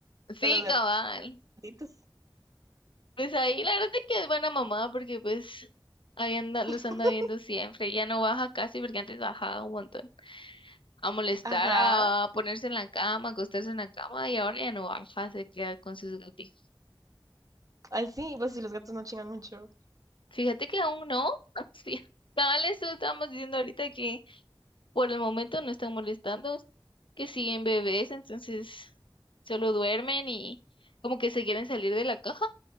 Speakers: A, on the left; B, on the right.
A: Sí,
B: con los
A: cabal.
B: gatitos?
A: Pues ahí la verdad es que es buena mamá porque pues ahí anda, los
B: <laughs>
A: anda viendo siempre. Ya no baja casi porque antes bajaba un montón. A molestar,
B: Ajá.
A: a ponerse en la cama, acostarse en la cama y ahora ya no baja, se queda con sus gatitos.
B: Así, pues si los gatos no chingan mucho.
A: Fíjate que aún no. <laughs> Sí. Tal eso estábamos diciendo ahorita que por el momento no están molestando, que siguen bebés, entonces solo duermen y como que se quieren salir de la caja.